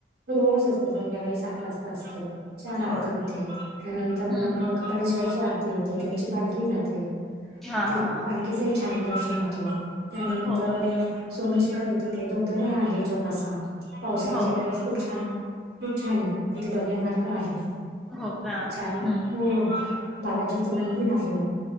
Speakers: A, on the right; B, in the centre.
A: रोज असतो संध्याकाळी सात वाजता असतो, छान आरती
B: होय
A: होते त्यानंतर
B: हम्म
A: मग कपालेश्वरची आरती होते, त्यांची पालखी जाते
B: हा
A: ते
B: हा
A: पालखीसहित छान दर्शन होत, त्यानंतर
B: हो
A: सोमेश्वरवर आहे तिथे धबधबा आहे छोटासा. पावसाळ्याच्या
B: हो
A: वेळेस खूप छान, खूप छान आहे तिथे बघण्यासारखं आहे.
B: हो का हम्म
A: छान हो बालाजीचं मंदिर आहे.